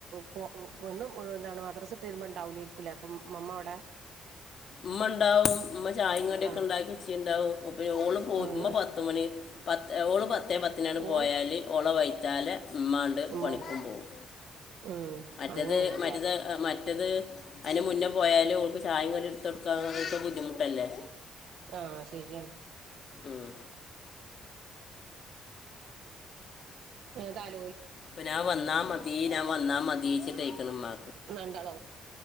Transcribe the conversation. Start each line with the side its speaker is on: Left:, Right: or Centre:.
Right: പോഉം പെണ്ണ് എന്താണ് മദ്റസ്ട്ട് എരുമ്പോ ഇണ്ടാഊലേര്ക്കുലേ അപ്പം മമ്മ ഔടെ
Left: മ്മ ണ്ടാഉം മ്മ ചായിം കടിഒക്ക
Right: ആഹ്
Left: ണ്ടാക്കി എച്ചി ണ്ടാഉം ഉപയോ ഓള് പോയ്
Right: ആഹ്
Left: മ്മ പത്തുമണി പത്തെ ഓളു പത് പത്തെേ പത്തിനാട്ട്
Right: ഓളും
Left: പോയാല് ഓള വൈത്താലെ മ്മാണ്ട്
Right: ഉമ്മം
Left: പണിക്കും
Right: പോവും
Left: പോഉം
Right: ഉം
Left: മറ്റത്
Right: അങ്ങനെയാണ്ല്ലേ
Left: മറ്റത് മറ്റത് അയ്ന് മുന്ന പോയാ ല് ഓൾക്ക് ചായിം കടിം ഇട്ത്തൊട്ക്കാൻ ഓക്ക് ബുദ്ധിമുട്ടല്ലേ
Right: ആഹ് ശെരി ആണ്
Left: ഉം,
Right: ങനെ താലോൽ
Left: പ്പം ഞാം വന്നാ മതി ഞാം വന്നാ മതിച്ചിട്ടയ്ക്ക്ണ് മ്മാ
Right: ഇന്നണ്ടാളും